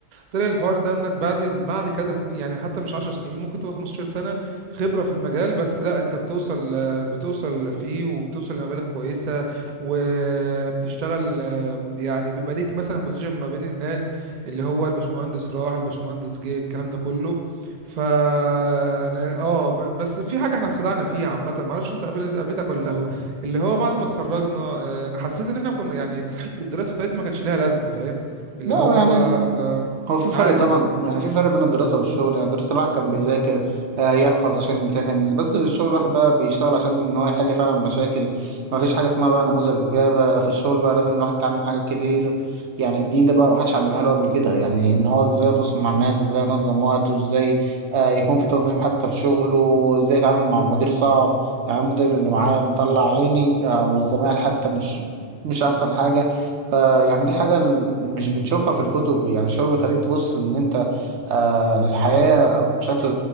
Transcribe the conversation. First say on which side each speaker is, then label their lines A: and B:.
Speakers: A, on the right (about 45°); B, on the right (about 65°).
A: طلع الحوار ده انك بعد بعد كذا سنين يعني حتى مش 10 سنين ممكن تبقى 15 سنه خبره في المجال بس لا انت بتوصل بتوصل فيه وبتوصل لمبالغ كويسه وبتشتغل آمم، يعني بيبقى ليك مثلا بوزيشن ما بين الناس اللي هو الباشمهندس راح الباشمهندس جه الكلام ده كله فانا اه ب- بس في حاجه احنا اتخدعنا فيها عامه ما اعرفش انت قابلت قابلتك ولا
B: مم.
A: لا اللي هو بعد ما اتخرجنا آه، انا حسيت ان احنا كنا يعني الدراسه بتاعتنا ما كانش ليها لازمه فاهم اللي
B: لا
A: هو
B: يعني
A: آه،
B: هو في فرق
A: عادي
B: طبعا يعني في فرق بين الدراسة والشغل يعني الدراسة الواحد كان بيذاكر آه، يحفظ عشان يمتحن بس الشغل الواحد بقى بيشتغل عشان ان هو يحل فعلا مشاكل ما فيش حاجة اسمها بقى نموذج إجابة في الشغل بقى لازم الواحد يتعلم حاجات كتير يعني جديدة بقى محدش علمها له قبل كده يعني ان هو ازاي يتواصل مع الناس ازاي ينظم وقته ازاي آه، يكون في تنظيم حتى في شغله ازاي يتعامل مع مدير صعب يعني المدير اللي معايا مطلع عيني آه، والزمايل حتى مش مش احسن حاجة فيعني دي حاجة ال- مش بنشوفها في الكتب يعني الشعور بيخليك تبص إن أنت آه للحياة بشكل